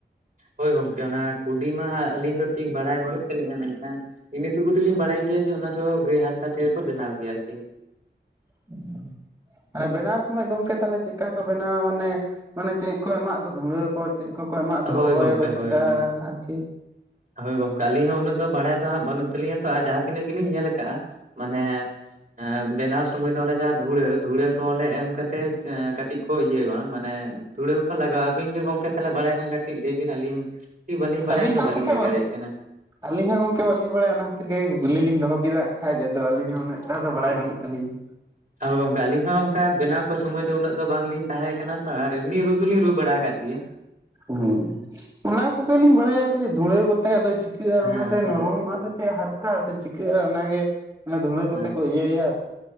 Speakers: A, on the right (about 45°); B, on the right (about 20°).
A: ᱦᱳᱭ ᱜᱚᱢᱠᱮ ᱚᱱᱟ ᱠᱩᱰᱤ ᱢᱟ ᱦᱟᱸᱜ ᱟᱹᱞᱤᱧ ᱫᱚ ᱴᱷᱤᱠ ᱵᱟᱲᱟᱭ ᱵᱟᱹᱱᱩᱜ ᱛᱟᱹᱞᱤᱧᱟ ᱢᱮᱱᱠᱷᱟᱱ ᱤᱱᱮᱴᱩᱠᱩ ᱛᱮᱞᱤᱧ ᱵᱟᱲᱟᱭ ᱜᱮᱭᱟ ᱡᱮ ᱚᱱᱟ ᱫᱚ ᱜᱟᱹᱭ ᱦᱟᱨᱛᱟ ᱛᱮᱜᱮ ᱠᱚ ᱵᱮᱱᱟᱣ ᱜᱮᱭᱟ ᱟᱨᱠᱤ᱾
B: <inaudible> ᱵᱮᱱᱟᱣ ᱥᱚᱢᱚᱭ ᱜᱚᱝᱠᱮ ᱛᱟᱦᱚᱞᱮ ᱪᱮᱫᱠᱟ ᱠᱚ ᱵᱮᱱᱟᱣᱟ ᱢᱟᱱᱮ ᱢᱟᱱᱮ ᱪᱮᱫ ᱠᱚ ᱮᱢᱟᱜ ᱫᱚ ᱫᱷᱩᱲᱟᱹ ᱠᱚ ᱪᱮᱫ ᱠᱚᱠᱚ ᱮᱢᱟᱜ ᱫᱚ
A: ᱦᱳᱭ
B: ᱞᱚᱵᱚᱭᱟᱠᱚ
A: ᱜᱚᱝᱠᱮ
B: ᱪᱮᱫᱠᱟ
A: ᱦᱳᱭ ᱦᱳᱭ
B: ᱟᱨᱠᱤ
A: ᱦᱳᱭ ᱜᱚᱝᱠ ᱟᱞᱤᱧ ᱦᱚᱸ ᱩᱱᱟᱹᱜ ᱫᱚ ᱵᱟᱲᱟᱭ ᱫᱚᱦᱟᱜ ᱵᱟᱹᱱᱩᱜ ᱛᱟᱞᱤᱧᱟ ᱛᱚ ᱟᱨ ᱡᱟᱦᱟᱸ ᱛᱤᱱᱟᱹᱜ ᱜᱮᱞᱤᱧ ᱧᱮᱞ ᱟᱠᱟᱜ-ᱟ ᱢᱟᱱᱮ <unintelligible> ᱵᱮᱨ ᱯᱷᱟᱥᱴ ᱥᱚᱢᱚᱭ ᱫᱚ ᱚᱱᱮ ᱡᱟᱦᱟᱸ ᱫᱷᱩᱲᱟᱹ ᱫᱷᱩᱲᱟᱹ ᱠᱚ ᱚᱸᱰᱮ ᱮᱢ ᱠᱟᱛᱮᱪ ᱠᱟᱹᱴᱤᱡ ᱠᱚ ᱤᱭᱟᱹ-ᱣᱟ ᱢᱟᱱᱮ- ᱛᱩᱲᱟᱹ ᱦᱚᱠᱚ ᱞᱟᱜᱟᱣᱼᱟ ᱟᱵᱤᱱ ᱜᱮ ᱜᱚᱝᱠᱮ ᱛᱟᱦᱞᱮ ᱵᱟᱲᱟᱭ- ᱦᱮᱸ ᱜᱟᱴᱤᱡ ᱞᱟᱹᱭ ᱵᱤᱱ ᱟᱹᱞᱤᱧ ᱠᱤ ᱵᱟᱹᱞᱤᱧ ᱵᱟᱲᱟᱭᱟᱛᱷᱚ
B: ᱟᱹᱞᱤᱧ ᱦᱚᱸ
A: ᱵᱟᱹᱞᱤᱧ
B: ᱜᱚᱝᱠᱮ
A: ᱞᱟᱹᱭ ᱫᱟᱲᱮᱭᱟᱜ ᱠᱟᱱᱟ᱾
B: ᱟᱹᱞᱤᱧ ᱦᱚᱸ ᱜᱚᱝᱠᱮ ᱵᱟᱹᱞᱤᱧ ᱵᱟᱲᱟᱭᱟ ᱚᱱᱟ ᱠᱷᱟᱹᱛᱤᱨ ᱜᱮ ᱜᱩᱞᱞᱤᱞᱤᱧ ᱫᱚᱦᱚ ᱠᱮᱫᱟ ᱟᱠᱷᱟᱡ ᱫᱚ ᱟᱹᱞᱤᱧ ᱦᱚᱸ ᱩᱱᱟᱹᱜᱴᱟ ᱫᱚ ᱵᱟᱲᱟᱭ ᱵᱟᱹᱱᱩᱜ᱾ ᱟᱞᱤᱧ-
A: ᱟᱫᱚ ᱜᱚᱝᱠᱮ ᱟᱹᱞᱤᱧ ᱦᱚᱸ ᱚᱝᱠᱟ ᱵᱮᱱᱟᱣ ᱠᱚ ᱥᱚᱢᱚᱭ ᱫᱚ ᱩᱱᱟᱹᱜ ᱫᱚ ᱵᱟᱝᱞᱤᱧ ᱛᱟᱦᱮᱸ ᱠᱟᱱᱟ ᱛᱚ ᱟᱨ ᱮᱢᱱᱤ ᱨᱩ ᱫᱚᱞᱤᱧ ᱨᱩ ᱵᱟᱲᱟ ᱟᱠᱟᱫ ᱜᱮᱭᱟ᱾
B: ᱩᱸ ᱚᱱᱟ ᱠᱚᱜᱮᱞᱤᱧ ᱵᱟᱲᱟᱭᱟᱛᱮ ᱫᱷᱩᱲᱟᱹ ᱛᱮ ᱫᱚ ᱪᱤᱠᱟᱹᱜᱼᱟ ᱚᱱᱟᱛᱮ
A: ᱦᱮᱸ ᱦᱮᱸ
B: ᱱᱚᱨᱚᱢᱚᱜᱼᱟ ᱥᱮ ᱪᱮᱫ ᱦᱟᱨᱛᱟᱼᱟ ᱥᱮ ᱪᱤᱠᱟᱹᱜᱼᱟ ᱚᱱᱟᱜ ᱜᱮ ᱫᱷᱩᱲᱟᱹ ᱠᱚᱛᱮ
A: ᱦᱮᱸ
B: ᱠᱚ- ᱤᱭᱟᱹ ᱭᱟ᱾ <unintelligible>